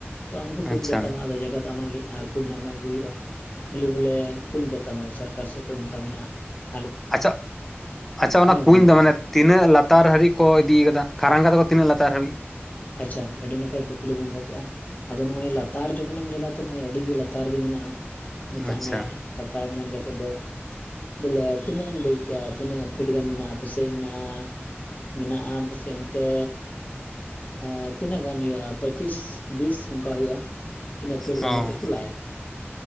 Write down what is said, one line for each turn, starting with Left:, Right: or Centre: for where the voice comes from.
Left: ᱛᱚ ᱟᱢ ᱦᱚᱠᱚ ᱠᱩᱧ
Centre: ᱟᱪᱪᱷᱟ
Left: ᱠᱟᱜ ᱛᱟᱢᱟ ᱟᱫᱚ ᱡᱟᱭᱜᱟ ᱫᱚ ᱟᱢᱟᱜ ᱜᱮ ᱟᱨ ᱠᱩᱸᱧ ᱦᱚᱸ ᱟᱢᱟᱜ ᱜᱮ ᱦᱩᱭᱩᱜᱼᱟ ᱠᱷᱟᱹᱞᱤ ᱵᱚᱞᱮ ᱠᱩᱸᱧ ᱠᱟᱜᱛᱟᱢᱟᱭ ᱥᱚᱨᱠᱟᱨ ᱥᱮᱫ ᱠᱷᱚᱡ ᱚᱱᱠᱟ ᱢᱮᱱᱟᱜᱼᱟ ᱾
Centre: ᱟᱪᱪᱷᱟ ᱟᱪᱪᱷᱟ ᱚᱱᱟ ᱠᱩᱧ
Left: ᱜᱚᱢᱠᱮ
Centre: ᱫᱚ ᱢᱟᱱᱮ ᱾ ᱛᱤᱱᱟᱹᱜ ᱞᱟᱛᱟᱨ ᱦᱟᱹᱨᱤᱡ ᱠᱚ ᱤᱫᱤ ᱟᱠᱟᱫᱟ? ᱠᱷᱟᱨᱟᱝ ᱟᱠᱟᱫᱟ ᱠᱚ ᱛᱤᱱᱟᱹᱜ ᱞᱟᱛᱟᱨ ᱦᱟᱹᱵᱤᱡ?
Left: ᱟᱪᱪᱷᱟ ᱟᱹᱰᱤ ᱱᱟᱯᱟᱭ ᱠᱩᱠᱞᱤ ᱵᱚᱱ ᱫᱚᱦᱚ ᱠᱮᱫᱼᱟ, ᱟᱫᱚ ᱱᱚᱜᱼᱚᱭ ᱞᱟᱛᱟᱨ ᱡᱚᱠᱷᱚᱱᱮᱢ ᱧᱮᱞᱟ ᱛᱚ ᱱᱚᱜ-ᱚᱭ ᱟᱹᱰᱤ ᱜᱮ ᱞᱟᱛᱟᱨ ᱜᱤ ᱢᱮᱱᱟᱜᱼᱟ ᱢᱮᱛᱟᱜ
Centre: ᱟᱪᱪᱷᱟ
Left: ᱢᱮ ᱞᱟᱛᱟᱨ ᱢᱮᱱ ᱠᱟᱛᱮᱫ ᱫᱚ ᱵᱚᱞᱮ ᱛᱤᱱᱟᱹᱜ ᱮᱢ ᱞᱟᱹᱭ ᱠᱮ-ᱟ ᱛᱤᱱᱟᱹᱜ ᱯᱷᱤᱴ ᱜᱟᱱ ᱢᱮᱱᱟᱜᱼᱟ ᱯᱟᱹᱥᱮᱡ ᱢᱮᱱᱟᱜᱼᱟ ᱢᱮᱱᱟᱜᱼᱟ ᱯᱟᱥᱮᱫ ᱚᱱᱛᱮ ᱟ ᱛᱤᱱᱟᱹᱜ ᱜᱟᱱ ᱦᱩᱭᱩᱜᱼᱟ ᱯᱟᱹᱪᱤᱥ ᱵᱤᱥ ᱚᱱᱠᱟ ᱦᱩᱭᱩᱜᱼᱟ, ᱤᱱᱟᱹ ᱯᱷᱤᱴ
Centre: ᱚ
Left: ᱜᱟᱱ ᱠᱟᱛᱮᱫ ᱠᱚ ᱞᱟᱭᱟ